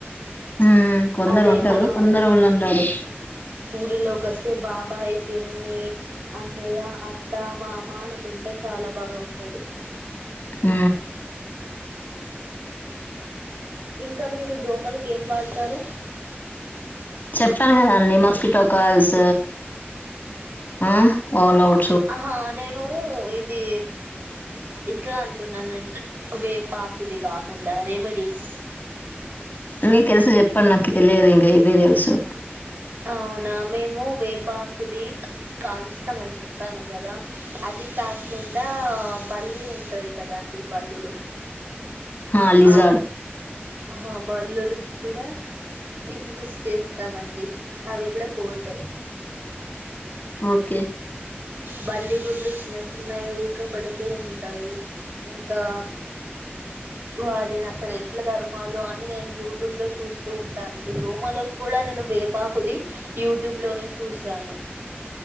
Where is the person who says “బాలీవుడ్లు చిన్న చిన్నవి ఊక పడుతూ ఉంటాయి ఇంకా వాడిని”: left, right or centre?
Right